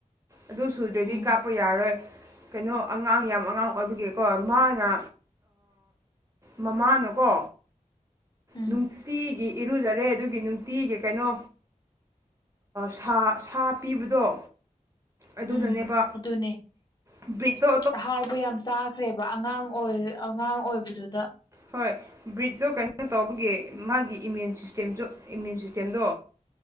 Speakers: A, on the right; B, on the left.
A: ꯑꯗꯨ ꯁꯨꯗ꯭ꯔꯗꯤ
B: ꯎꯝ
A: ꯀꯥꯞꯄ ꯌꯥꯔꯣꯏ ꯀꯩꯅꯣ ꯑꯉꯥꯡ ꯌꯥꯝ ꯑꯉꯥꯡ ꯑꯣꯏꯕꯒꯤꯀꯣ ꯃꯥꯅ ꯃꯃꯥꯅꯀꯣ
B: ꯎꯝ
A: ꯅꯨꯡꯇꯤꯒꯤ ꯏꯔꯨꯖꯔꯦ ꯑꯗꯨꯒꯤ ꯅꯨꯡꯇꯤꯒꯤ ꯀꯩꯅꯣ ꯁꯥ ꯁꯥ ꯄꯤꯕꯗꯣ ꯑꯗꯨꯅꯅꯦꯕ
B: ꯎꯝ ꯑꯗꯨꯅꯦ
A: ꯕꯔꯤꯠꯇꯣ
B: ꯑꯍꯥꯎꯕ ꯌꯥꯝ ꯆꯥꯈ꯭ꯔꯦꯕ ꯑꯉꯥꯡ ꯑꯣꯏ ꯑꯉꯥꯡ ꯑꯣꯏꯕꯗꯨꯗ
A: ꯍꯣꯏ ꯕꯔꯤꯠꯇꯣ ꯇꯧꯕꯒꯤ ꯃꯥꯒꯤ ꯏꯃ꯭ꯌꯨꯟ ꯁꯤꯁꯇꯦꯝꯁꯨ ꯏꯃ꯭ꯌꯨꯟ ꯁꯤꯁꯇꯦꯝꯗꯣ